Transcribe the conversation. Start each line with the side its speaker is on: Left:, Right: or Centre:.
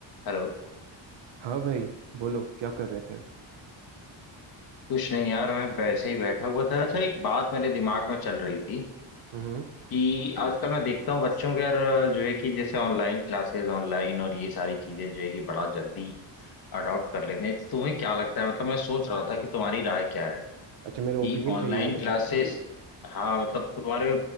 Left: हेलो
Right: हाँ भाई बोलो क्या कर रहे थे
Left: कुछ नहीं यार मैं वैसे ही बैठा हुआ था अच्छा एक बात मेरे दिमाग में चल रही थी
Right: हम्म
Left: कि आजकल मैं देखता हूँ बच्चों के यार जो है कि जैसे ऑनलाइन क्लासेस ऑनलाइन और ये सारी चीजें जो है कि बड़ा जल्दी अडॉप्ट कर लेते हैं तो तुम्हें क्या लगता है मतलब मैं सोच रहा था कि तुम्हारी राय क्या है
Right: अच्छा
Left: कि
Right: मेरा ओपिनियन
Left: ऑनलाइन
Right: चाहिए था तुम्हें
Left: क्लासेस
Right: इसमें।
Left: हाँ मतलब तुम्हारे